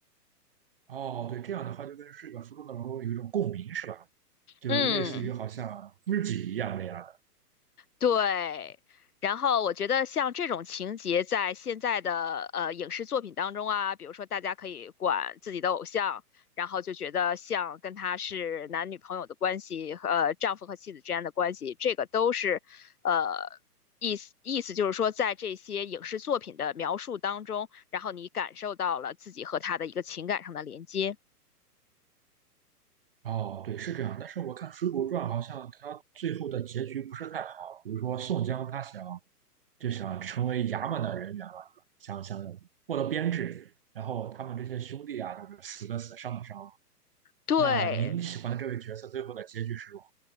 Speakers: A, on the right (about 40°); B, on the left (about 65°).
A: 哦，对，这样的话就跟这个书中的人物有一种共鸣，是吧？就类似于好像知己一样那样。
B: 嗯。对，然后我觉得像这种情节，在现在的呃影视作品当中啊，比如说大家可以管自己的偶像，然后就觉得像跟他是男女朋友的关系，呃，丈夫和妻子之间的关系，这个都是呃意思意思就是说，在这些影视作品的描述当中，然后你感受到了自己和他的一个情感上的连接。
A: 哦，对，是这样。但是我看《水浒传》好像它最后的结局不是太好，比如说宋江他想就想成为衙门的人员嘛，对吧？想想获得编制，然后他们这些兄弟啊，就是死的死，伤的伤。
B: 对，
A: 那您喜欢的这位角色最后的结局是如何？